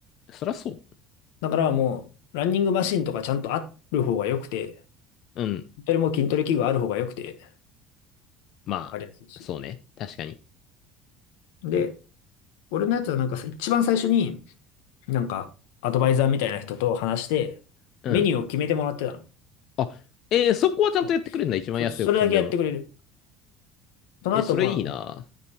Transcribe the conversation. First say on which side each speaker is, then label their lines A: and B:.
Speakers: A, on the left; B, on the left.
A: そりゃそう。
B: だからもう、ランニングマシンとかちゃんとある方が良くて、
A: うん。
B: 筋トレも筋トレ器具ある方が良くて、
A: まあ、
B: わかりやすいし。
A: そうね。確かに。
B: で、俺のやつはなんかさ一番最初に、なんか、アドバイザーみたいな人と話して、
A: うん。
B: メニューを決めてもらってたの。
A: あ、えー、そこはちゃんとやってくれるんだ。
B: うん
A: 一番安いオプションでも。
B: そ、それだけやってくれる。その後、
A: え、それいいな。
B: まあ、